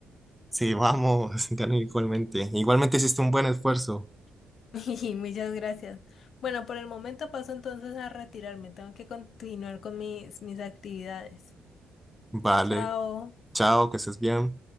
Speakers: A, in the centre; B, on the left.
A: Sí, vamos. <laughs> Gané igualmente. Igualmente hiciste un buen esfuerzo.
B: <laughs> Y muchas gracias. Bueno, por el momento paso entonces a retirarme. Tengo que continuar con mis, mis actividades.
A: Vale.
B: Chao.
A: Chao, que estés bien.